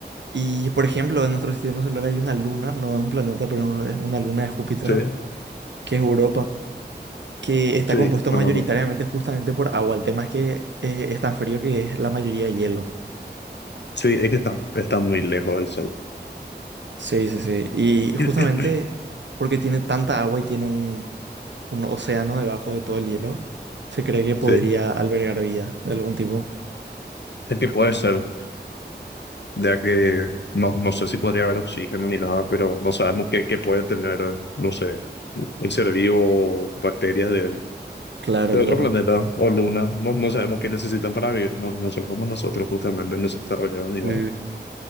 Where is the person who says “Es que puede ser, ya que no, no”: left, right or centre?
Left